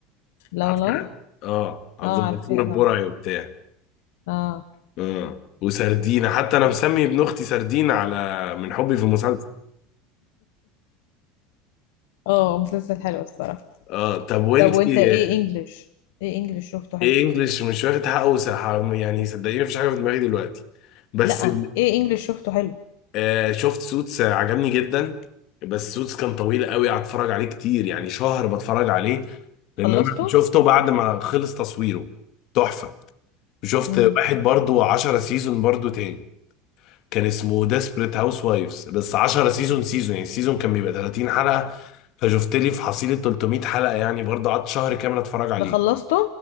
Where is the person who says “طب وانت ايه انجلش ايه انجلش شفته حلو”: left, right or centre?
Left